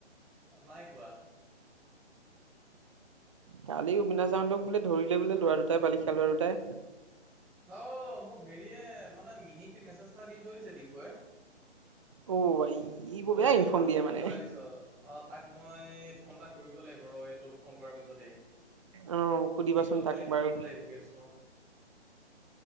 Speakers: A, in the centre; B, on the right.
A: নাই কোৱা
B: কালি অবিনাশ যাওঁতক বোলে ধৰিলে বোলে লৰা দুটাই বালিখা লৰা দুটাই
A: অ মোক হেৰিয়ে মানে মিহিকে মেছেজ দি থৈ দিছে দিব্যই
B: অ ভাই ই বৰ
A: তই
B: বেয়া
A: এতিয়া
B: ইনফৰ্ম
A: ভাল
B: দিয়ে
A: মনত
B: মানে
A: পেলাই দিছ অ তাক মই ফোন এটা কৰিব লাগিব ৰ এইটো ফোন কৰাৰ পিছতেই।
B: অ সুধিবাচোন
A: কি হ'ল
B: তাক
A: কালি শুনিব
B: বাৰু
A: লাগিব গৈ ছোঁ।